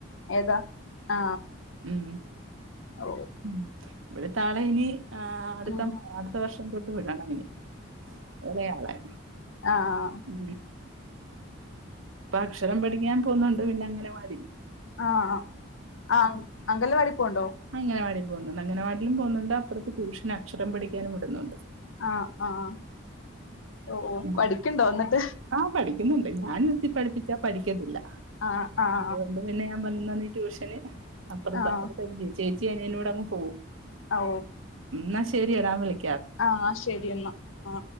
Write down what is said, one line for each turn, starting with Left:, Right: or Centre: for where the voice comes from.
Left: ഏതാ ആ
Right: ഉം
Left: ഓ
Right: ഉ ഇവിടെ താളെ ഇനി ആ അടുത്ത
Left: ഉം
Right: അടുത്ത വർഷം തൊട്ട് വിടണം അന് ഇളയാളെ
Left: ആഹ
Right: ഉ അക്ഷരം പഠിക്കാൻ പോന്നുണ്ട് പിന്നെ അംഗൻവാടി
Left: ആഹ ആ അങ്കല വടി പോണ്ടോ
Right: അങ്ങനവാടിൽ പോന്നുണ്ട് അങ്ങനവാടി പോകുന്നുണ്ട് അപ്പുറത്ത് ട്യൂഷൻ അക്ഷരം പഠിക്കാനും ഇടുന്നുണ്ട്
Left: ആഹ് ആഹ് ഓ ഓ
Right: ഉ
Left: പഠിക്കണ്ടോ എന്നിട്ട്
Right: ആഹ പഠിക്കുന്നുണ്ട് ഞാനിരുത്തി പഠിപ്പിച്ചാ പഠിക്കത്തില്ലൊണ്ട്
Left: ആഹ് ആഹ്
Right: പിന്നെ ഞാൻ വന്നുതന്ന ഈ ട്യൂഷന് അപ്പുറത്ത്
Left: ആഹ്
Right: അപ്പുറ ചേച്ചി അനോട് അങ്ങ് പോകും
Left: ഓ
Right: ഉ എന്നാ ശരി ഞാൻ വിളിക്ക
Left: ആഹ് ആ ശരിയന്ന് ആ